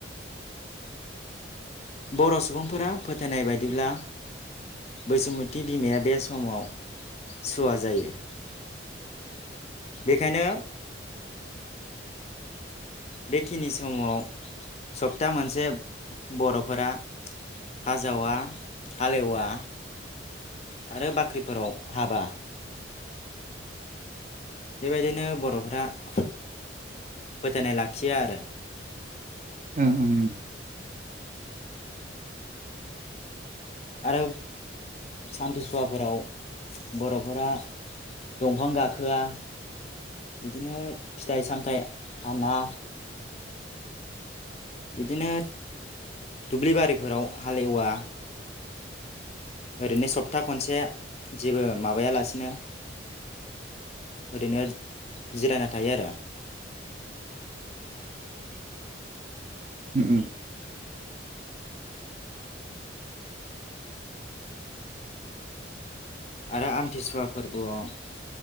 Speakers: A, on the left (about 35°); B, on the right (about 40°).
A: बर' सुबुंफोरा फोथायनाय बायदिब्ला। बैसुमति बिमाया बे समाव सुवा जायो। बेखायनो बेखिनि समाव सप्ता मोनसे बर'फोरा। हाजावा हालेवा आरो बाख्रिफोराव हाबा बेबायदिनो बर'फ्रा फो-फोथनाय लाखियो आरो।
B: उम उम।
A: आरो सान्थिसुवाफोराव बर'फोरा दंफां गाखोआ बिदिनो फिथाइ सामथायाइ हाना बिदिनो दुब्लि बारिफोराव हालेवा ओरैनो सप्ता खनसे जेबो माबायालासिनो ओरैनो जिरायना थायो आरो।
B: उम उम।
A: आरो आमथिसुवा फोरबोआव